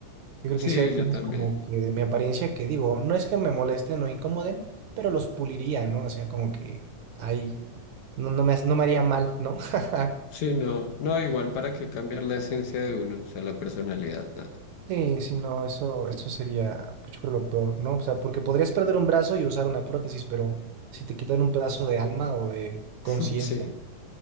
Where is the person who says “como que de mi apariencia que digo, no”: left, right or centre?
Right